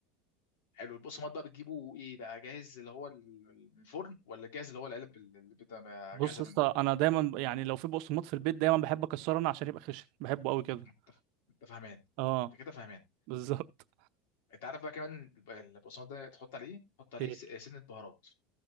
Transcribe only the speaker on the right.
بص
يا اسطى
انا دايما يعني لو في بقسماط في البيت دايما بحب اكسره انا عشان يبقى خشن بحبه قوي كده
اه
بالظبط
ايه